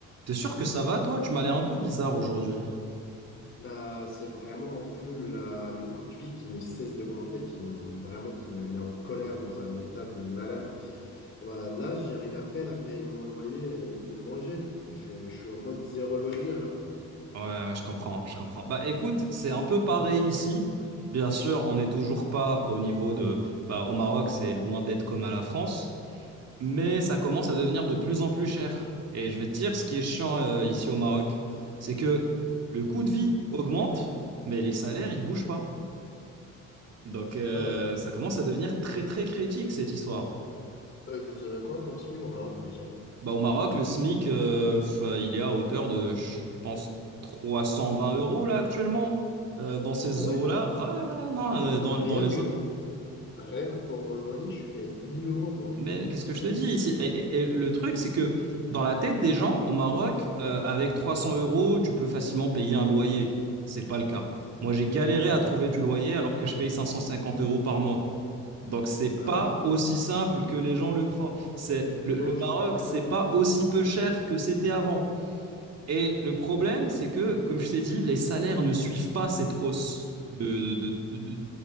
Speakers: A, on the right (about 60°); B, on the left (about 40°).
A: T'es sûr que ça va, toi? Tu m'as l'air un peu bizarre aujourd'hui.
B: Bah, c'est vraiment un peu la, le coût de vie qui ne cesse d'augmenter, qui me- vraiment qui me met en colère dans un état de malade. Bah, là, j'arrive à peine à payer mon loyer et de manger. Je, je suis en mode zéro loisir là.
A: Ouais, ouais, je comprends, je comprends. Bah écoute, c'est un peu pareil ici. Bien sûr, on n'est toujours pas au niveau de... Bah au Maroc, c'est loin d'être comme à la France, mais ça commence à devenir de plus en plus cher. Et je vais te dire, ce qui est chiant euh, ici au Maroc, c'est que le coût de vie augmente, mais les salaires, ils bougent pas. Donc euh,
B: Ah ouais.
A: ça commence à devenir très très critique, cette histoire.
B: Euh, vous avez quoi comme SMIC au Maroc déjà?
A: Bah, au Maroc, le SMIC, euh, f- il est à hauteur de, je pense, 320 euros là actuellement, euh, dans ces
B: Ah ouais?
A: eaux-là. Ouais, ouais, non,
B: Bah,
A: euh, dans,
B: bah, rien
A: dans les
B: que,
A: autres.
B: rien que pour mon loyer, je paye 1000 euros moi.
A: Mais qu'est-ce que
B: Ah,
A: je te dis
B: ici-
A: ici? Et, et- et le truc, c'est que dans la tête des gens, au Maroc, euh, avec 300 euros, tu peux facilement payer un loyer. C'est pas le cas. Moi, j'ai galéré à trouver du loyer alors que je paye 550 euros par mois. Donc, c'est pas
B: ah ouais.
A: aussi simple que les gens le croient. C'est,
B: Non,
A: le, le
B: je
A: Maroc,
B: sais pas donner.
A: c'est
B: hein.
A: pas aussi peu cher que c'était avant. Et le problème, c'est que, comme je t'ai dit, les salaires ne suivent pas cette hausse de, de, de, de, de-